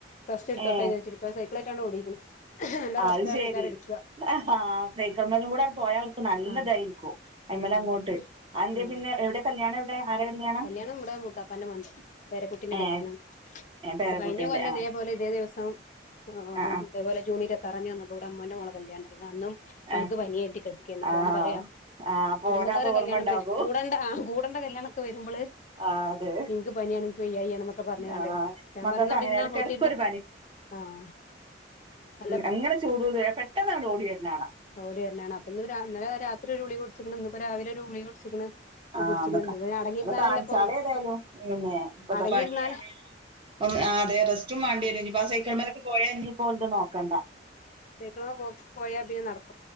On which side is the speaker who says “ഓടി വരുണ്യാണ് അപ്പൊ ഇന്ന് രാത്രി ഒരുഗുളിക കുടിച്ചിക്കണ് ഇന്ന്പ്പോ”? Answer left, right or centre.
Left